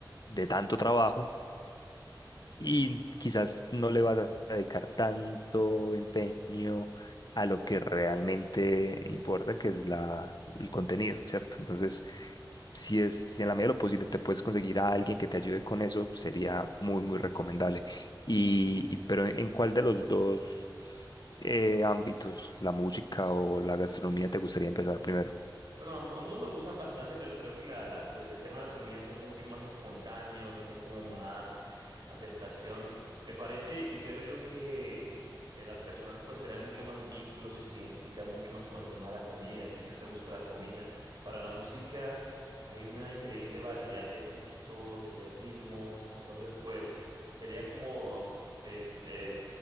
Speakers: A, on the left; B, on the right.
A: de tanto trabajo y quizás no le vas a dedicar tanto empeño a lo que realmente importa, que es la, el contenido, ¿cierto? Entonces, si es, si en la medida de lo posible te puedes conseguir a alguien que te ayude con eso, sería muy, muy recomendable. Y, y- pero ¿en cuál de los dos eh, ámbitos, la música o la gastronomía, te gustaría empezar primero? <laughs>
B: Bueno, amb- ambos me gustan bastante, pero creo que la, la- lo- el tema de la comida es algo mucho más espontáneo, tiene como más aceptación. Me parece y creo yo que eh, las personas pues crean mucho más vínculos y se identifican mucho más con el tema de la comida, a quien no <laughs> le gusta la comida. Para la música hay una increíble variedad de gustos, de ritmos, entonces pues sería como pues eh,